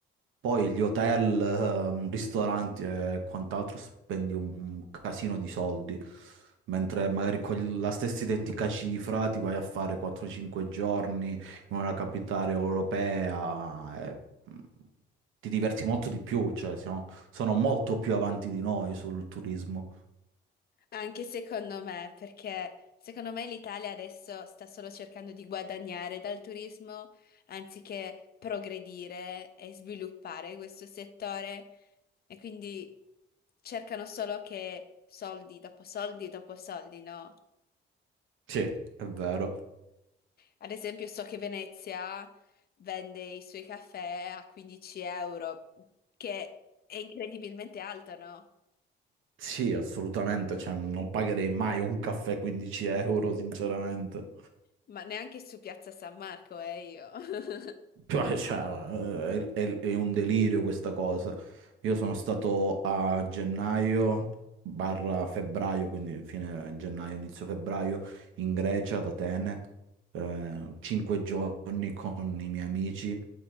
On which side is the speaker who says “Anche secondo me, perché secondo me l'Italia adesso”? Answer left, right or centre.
Left